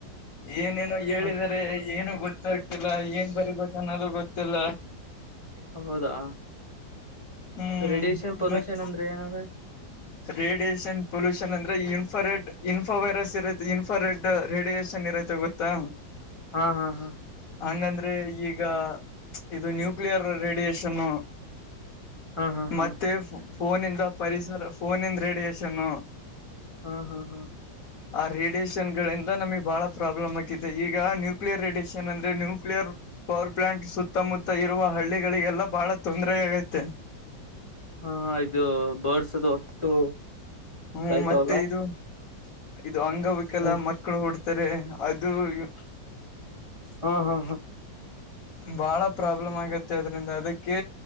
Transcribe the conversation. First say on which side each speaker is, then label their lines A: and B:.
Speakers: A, on the left; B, on the left.
A: ಏನೇನೋ ಹೇಳಿದರೆ
B: ಮತ್
A: ಏನು ಗೊತ್ತಾಗ್ತಿಲ್ಲ ಏನ್ ಬರಿಬೇಕ ನನದುೂ ಗೊತ್ತಿಲ್ಲ
B: ಹೌದಾ
A: ಹ್ಮ್
B: ರೇಡಿಯಷನ್ ಪೊಲ್ಷನ್
A: ಮತ್
B: ಅಂದ್ರೆ ಏನಾವ
A: ರೇಡಿಯೇಷನ್ ಪೊಲ್ಯೂಷನ್ ಅಂದ್ರೆ ಇನ್ಫಾರೆಡ್ ಇನ್ಫ ವೈರಸ್ ಇರುತ್ತೆ ಇನ್ಫ ರೆಡ್ ರೇಡಿಯೇಷನ್ ಇರುತ್ತೆ ಗೊತ್ತಾ
B: ಹಾ ಹಾ ಹಾ
A: ಹಂಗಂದ್ರೆ ಈಗ ಇದು ನ್ಯೂಕ್ಲಿಯರ್ ರೇಡಿಯಷನ್
B: ಹಾ ಹಾ ಹಾ
A: ಮತ್ತೆ ಫೋನಂದ ಪರಿಸರ ಫೋನಿಂದ ರೇಡಿಯೇಶನ್ನು
B: ಹಾ ಹಾ ಹಾ
A: ಆ ರೇಡಿಯೇಷನ್ ಗಳಿಂದ ನಮಗ್ ಬಹಳ ಪ್ರಾಬ್ಲಮ್ ಆಾಕಿದೆ ಈಗ ನ್ಯೂಕ್ಲಿಯರ್ ರೇಡಿಯೇಷನ್ ಅಂದ್ರೆ ನ್ಯೂಕ್ಲಿಯರ್ ಪವರ್ ಪ್ಲಾಂಟ್ ಸುತ್ತಮುತ್ತ ಇರುವ ಹಳ್ಳಿಗಳಿಗೆಲ್ಲ ಬಹಳ ತೊಂದರೆ ಆಗತ್ತೆ
B: ಹಾ ಇದು ಬರ್ಸದು ಹೊತ್ತು
A: ಹ್ಮ್
B: ಸಾಯ್ತಾವಲ್ಲ
A: ಮತ್ತೆ ಇದು ಇದು ಅಂಗವಿಕಲ್ಲ
B: ಹ್ಮ
A: ಮತ್ ಮಕ್ಕಳು ಹಡ್ತಾರೆ ಅದು <unintelligible>
B: ಹ್ಮ್ ಹ್ಮ್ ಹ್ಮ
A: ಬಾಳ ಪ್ರಾಬ್ಲಮ್ ಆಗತ್ತೆ ಅದ್ರಿಂದ ಅದಕ್ಕೆ